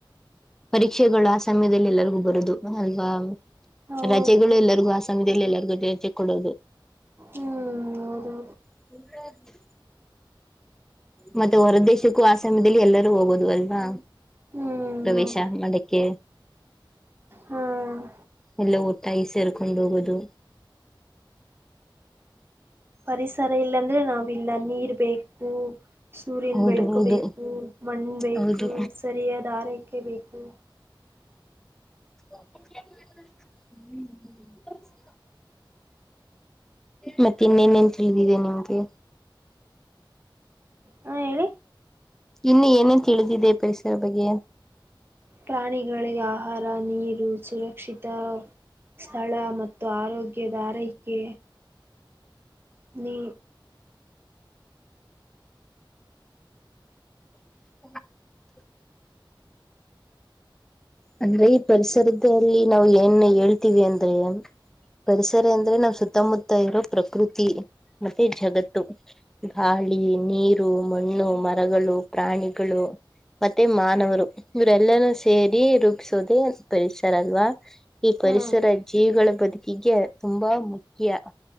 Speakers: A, in the centre; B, on the right.
A: ಪರೀಕ್ಷೆಗಳು ಆ ಸಮಯದಲ್ಲಿ ಎಲ್ಲರಿಗು ಬರೋದು ಅಲ್ವಾ
B: ಹೌದು
A: ರಜೆಗಳು ಎಲ್ಲರಿಗು ಆ ಸಮಯದಲ್ಲಿ ಎಲ್ಲರಿಗು ರಜೆ ಕೊಡೋದು
B: ಹ್ಮ್ ಹೌದೌದು
A: <unintelligible> <inaudible> ಮತ್ತೆ ಹೊರ ದೇಶಕ್ಕೂ ಆ ಸಮಯದಲ್ಲಿ ಎಲ್ಲರೂ ಹೋಗೋದು ಅಲ್ವಾ
B: ಹ್ಮ್
A: ಪ್ರವೇಶ
B: ಹೌದು
A: ಮದಕ್ಕೆ
B: ಹ್ಮ್
A: ಎಲ್ಲ <unintelligible> ಐ ಸೇರ್ಕೊಂಡ್ ಹೋಗೋದು
B: ಪರಿಸರ ಇಲ್ಲಾಂದ್ರೆ ನಾವ್ ಇಲ್ಲ ನೀರ್ ಬೇಕು ಸೂರ್ಯನ
A: ಹೌದು
B: ಬೆಳಕು
A: ಹೌದು
B: ಬೇಕು ಮಣ್ ಬೇಕು
A: ಹೌದು
B: ಸರಿಯಾದ ಆರೈಕೆ ಬೇಕು
A: <inaudible> ಮತ್ತೆ ಇನ್ನೇನೆನ್ ತಿಳಿದಿದೆ ನಿಮ್ಗೆ
B: ಹಾ ಹೇಳಿ
A: ಇನ್ನು ಏನೇನ್ ತಿಳಿದಿದೆ ಪರಿಸರ ಬಗ್ಗೆ
B: ಪ್ರಾಣಿಗಳಿಗೆ ಆಹಾರ ನೀರು <unintelligible> ಕ್ಷಿತ ಸ್ಥಳ ಮತ್ತು ಆರೋಗ್ಯದ ಆರೈಕೆ ನೀ
A: <inaudible> ಅಂದ್ರೆ ಈ ಪರಿಸರದಲ್ಲಿ ನಾವು ಏನ್ ಹೇಳ್ತೀವಿ ಅಂದ್ರೆ ಪರಿಸರ ಅಂದ್ರೆ ನಾವ್ ಸುತ್ತಮುತ್ತ ಇರೋ ಪ್ರಕೃತಿ ಮತ್ತೆ ಜಗತ್ತು ಗಾಳಿ ನೀರು ಮಣ್ಣು ಮರಗಳು ಪ್ರಾಣಿಗಳು ಮತ್ತೆ ಮಾನವರು ಇವರೆಲ್ಲಾನೂ ಸೇರಿ ರೂಪಿಸೋದೆ ಪರಿಸರ ಅಲ್ವಾ ಈ ಪರಿಸರ
B: ಹಾ
A: ಜೀವಿಗಳ ಬದುಕಿಗೆ ತುಂಬಾ ಮುಖ್ಯ